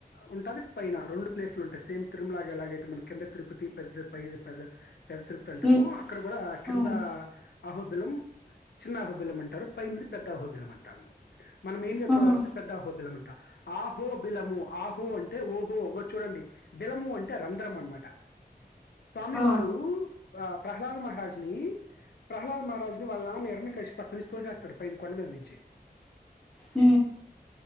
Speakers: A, on the left (about 80°); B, in the centre.
A: ఉన్ టది పైనా రెండు ప్లేస్లు ఉంటయ్ సేమ్ తిరుమలాగా ఎలాగైతే మనకి కింద తిరుపతి పెది పైది పెద్ద పెద్ద తిరుపతి అంటామో
B: ఉమ్
A: అక్కడ గూడా కింద
B: అవును
A: అహోబిళం చిన్న ఆహోబిలం అంటారు పై ఉన్నది పెద్ద ఆహోబిలం అంటాము మనం మెయిన్ గా చూడాల్సింది
B: ఆహా
A: పెద్ద ఆహోబిలం అన్ ట ఆహో బిలము ఆహో అంటే ఓహో ఒగ చూడండి బిలము అంటే రంధ్రము అనమాట స్వామి
B: ఆ
A: వారూ ఆ ప్రహ్లాద మహారాజ్ ని ప్రహ్లాద్ మహారాజు ని వాళ్ళ నాన్న హిరణ్యాకాశిపు అక్కనుంచి తోసేస్తాడు పైన కొండ మీద నుంచి
B: మ్